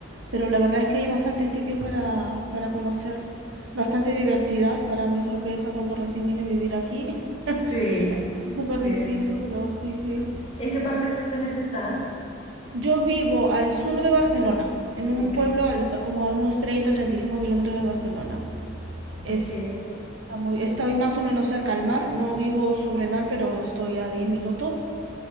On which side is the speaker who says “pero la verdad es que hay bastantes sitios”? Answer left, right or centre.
Right